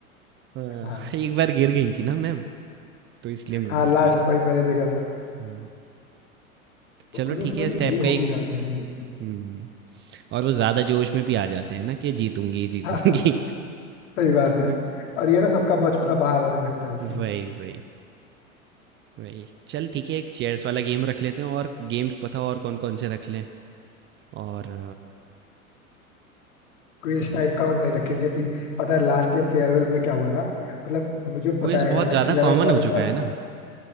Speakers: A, on the right; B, on the left.
A: हाँ,
B: हाँ
A: एक बार गिर गई थी ना मैम, तो इसलिए मैं
B: हाँ
A: बोल
B: लास्ट
A: रहा था।
B: भाई मैंने देखा था
A: हाँ, चलो
B: उसमें
A: ठीक
B: थोड़ी
A: है इस टाइप
B: भीड़
A: का
B: हो
A: एक
B: भी जाती है ना लेकिन
A: हुँ, और वो ज़्यादा जोश में भी आ जाते हैं ना कि जीतूँगी, जीतूँगी।
B: हाँ हाँ सही बात है
A: <laughs>
B: और ये ना सबका बचपना बाहर आने लगता है उससे
A: वही, वही, वही। चल ठीक है एक चेयर्स वाला गेम रख लेते हैं और गेम्स पता और कौन-कौन से रख लें? और
B: क्विज टाइप का वो नहीं रखेंगे प्लीज पता है लास्ट ईयर फेयरवेल में क्या हुआ था मतलब मुझे
A: क्विज
B: बताया गया
A: बहुत
B: था
A: ज़्यादा
B: इलेवेंथ
A: कॉमन
B: वालों
A: हो
B: ने
A: चुका
B: ना
A: है ना